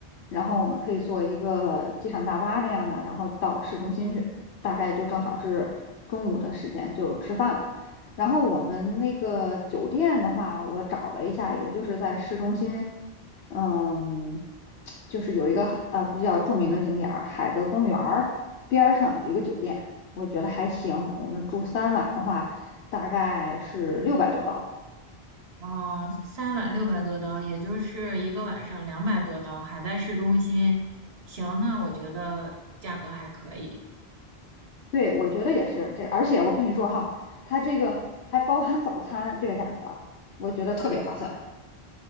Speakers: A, on the left (about 80°); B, on the right (about 75°).
A: 然后我们可以坐一个机场大巴那样的，然后到市中心去，大概就正好是中午的时间就吃饭了。然后我们那个酒店的话，我找了一下，也就是在市中心，嗯，就是有一个呃比较著名的景点儿海德公园儿边儿上有一个酒店，我觉得还行。我们住三晚的话，大概是六百多刀。
B: 然后三晚六百多刀，也就是一个晚上两百多刀，还在市中心。行，那我觉得价格还可以。
A: 对，我觉得也是这，而且我跟你说哈，它这个还包含早餐，这个价格我觉得特别划算。